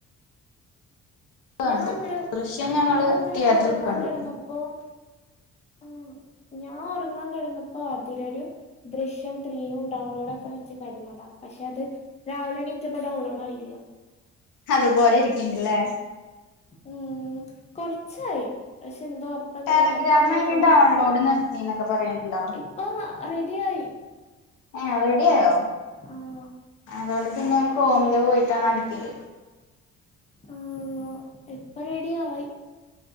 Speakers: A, on the left; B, on the left.
A: കണ്ടു
B: ഞാൻ ഇന്നലെ
A: ദൃശ്യം ഞങ്ങള്
B: ഞാൻ ഇന്നലെ
A: തിയേറ്ററിൽ
B: ഒറങ്ങാൻ
A: കണ്ടു
B: കിടന്നപ്പോം ആഹ് ഞാൻ ഒറങ്ങാൻ കിടന്നപ്പോ അതിരടിയും ദൃശ്യം ത്രീയും ഡൗൺലോഡ് ആക്കാൻ വെച്ച് കടന്നതാ. പക്ഷെ അത് രാവിലെണീറ്റപ്പം ഡൗൺലോഡ് ആയില്ല.
A: അത് പോലെ ഇരിക്കിണ്ട് ലേ.
B: ഉം കൊർച്ചായി പക്ഷെ എന്തോ എന്തോ
A: ടെലഗ്രാം
B: നെറ്റ് എന്തോ
A: അയിന്
B: പോയിണ്ട്
A: ഡൗൺലോഡ് നിർത്തി എന്നൊക്കെ പറയണ്ടല്ലോ?
B: ഇപ്പൊ റെഡിയായി.
A: ഏഹ് റെഡിയായോ
B: ആഹ്
A: അതുകൊണ്ട് പിന്നെ ക്രോമില് പോയിട്ടാണ് അടിക്കല്.
B: ആഹ് എപ്പൊ റെഡി ആയി.